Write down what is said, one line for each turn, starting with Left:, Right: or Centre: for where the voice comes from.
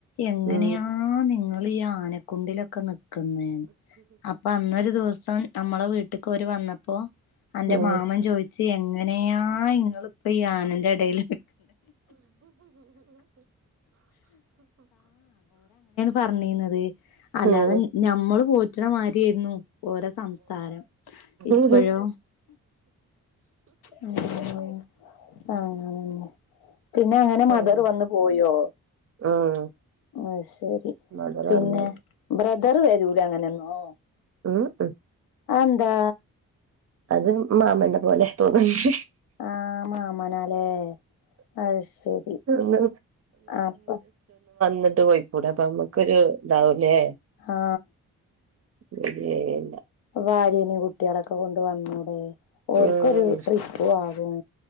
Left: എങ്ങനെയാ
Right: ഉം
Left: നിങ്ങൾ ഈ ആനക്കുണ്ടിലൊക്കെ നിക്ക് കുനെ അപ്പാ അന്നൊരു ദിവസം പ്പം നമ്മളെ വീട്ടക്ക് ഓര് വന്നപ്പോ അന്റെ
Right: ഉം
Left: മാമൻ ചോയ്ച്ച് ത്‌ എങ്ങനെയാങ്ങ ഇങ്ങ ഇപ്പ യാനെന്റെ ഇടയിൽ പർന്നീന്നത് അല്ലാതെ
Right: ഉം
Left: ഞമ്മള് പോറ്റ്ണ മാരിയേര്ന്നു ഓരെ സംസാരം
Right: ഓഹ്
Left: ഇപ്പഴോ ഉം അങ്ങനെന്നെ പിന്നെ അങ്ങനെ
Right: ഉം
Left: മദറ് വന്ന് പോയോ
Right: ഉം
Left: അയ്ശെരി
Right: മദർ
Left: പിന്നെ
Right: വന്നു
Left: ബ ബ്രദറ് വരൂല അങ്ങനെന്നൂ
Right: ഊംഉം
Left: അഎന്താ
Right: അത് മാമന്റെ പോലെ തോന്നുണ്ട്.
Left: ആ മാമനാലേ അത് ശെരി
Right: ഒന്ന്
Left: ആ അപ്പോ
Right: ന്ന്ട്ട് പോയിക്കൂടെ അപ്പ അമ്മക്കൊരു ഇതാവുല്ലേ
Left: ഹാ
Right: <unintelligible>
Left: ഭാര്യനെയും കുട്ടിളൊക്കെ കൊണ്ട് വന്നൂടെ. ഓർക്കൊരു
Right: ഉം
Left: ട്രിപ്പ് ആകും,